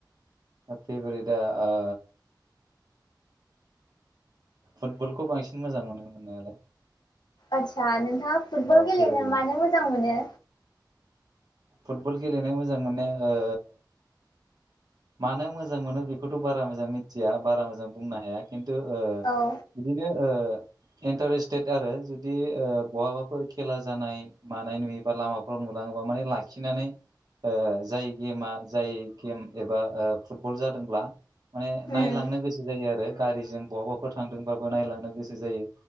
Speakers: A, on the right (about 55°); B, on the left (about 65°).
A: <unintelligible> फेभ्रेटआ ओ फुटबलखौ बांसिन मोजां मोनो मोननायालाय।
B: आदसा नोंथाङा फुटबल
A: औ
B: गेलेनो
A: फेभारेटआ
B: मानो मोजां मोनो?
A: फुटबल गेलेनो मोजां मोननाय ओ मानो मोजां मोनो बेखौथ' बारा मोजां मिथिया बारा मोजां बुंनो हाया किन्तु ओ
B: औ
A: बिदिनो ओ इन्टारेस्टेड आरो जुदि ओ बहाबाफोर खेला जानाय मानाय नुयोबा लामा फोराव नुलाङोबा माने ला खिनानै ओ जाय गेमा जाय गेम एबा ओ फुटबल जादोंब्ला माने
B: उम
A: नायलांनो गोसो जायो आरो गारिजों बहाबाफोर थांदोंबाबो नायलांनो गोसो जायो।